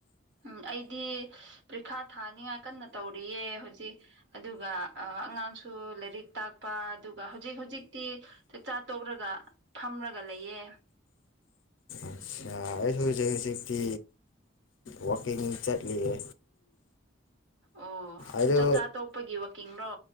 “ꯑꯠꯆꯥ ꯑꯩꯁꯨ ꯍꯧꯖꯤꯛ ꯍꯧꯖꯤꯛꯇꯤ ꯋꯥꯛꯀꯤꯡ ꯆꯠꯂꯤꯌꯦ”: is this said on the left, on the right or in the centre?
Left